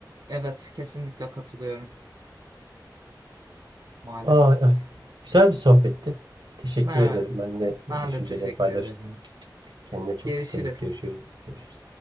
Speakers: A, on the right; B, on the right.
A: Evet kesinlikle katılıyorum maalesef.
B: Ay, ay. Güzel bir sohbetti. Teşekkür
A: Evet.
B: ederim. Benimle
A: Ben
B: düşünceleri
A: de teşekkür
B: paylaştın.
A: ederim.
B: Kendine çok
A: Görüşürüz.
B: dikkat et. Görüşürüz. Görüşürüz.